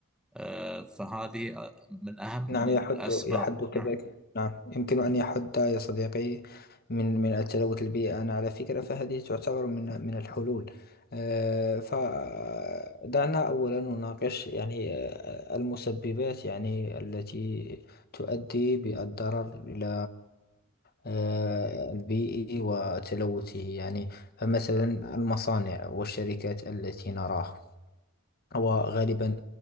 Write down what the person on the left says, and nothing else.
نعم
يحد يحد كذلك
نعم يمكن أن يحد يا صديقي من من التلوث البيئي أنا على فكرة فهذه تعتبر من من الحلول آه، فدعنا أولا نناقش يعني آه، المسببات يعني التي تؤدي بالضرر إلى آه، البيئي وتلوثه يعني فمثلا المصانع والشركات التي نراها وغالبا